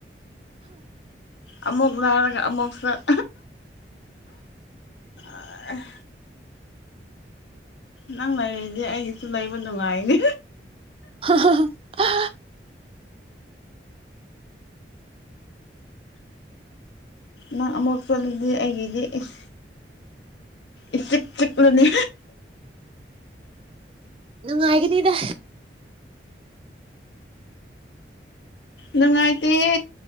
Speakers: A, on the left; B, on the right.
A: ꯑꯃꯨꯛ ꯂꯥꯛꯑꯒ ꯑꯃꯨꯛ ꯆꯠ ꯑꯍ ꯅꯪ ꯂꯩꯔꯤꯗꯤ ꯑꯩꯒꯤꯁꯨ ꯂꯩꯕ ꯅꯨꯡꯉꯥꯏꯅꯦ
B: ꯍꯥ ꯍꯥ ꯍꯥ
A: ꯅꯪ ꯑꯃꯨꯛ ꯆꯠꯂꯗꯤ ꯑꯩꯒꯤꯗꯤ ꯏꯁ ꯏꯁꯤꯛ ꯆꯤꯛꯂꯅꯤ
B: ꯅꯨꯡꯉꯥꯏꯒꯅꯤꯗ
A: ꯅꯨꯡꯉꯥꯏꯇꯦꯍꯦ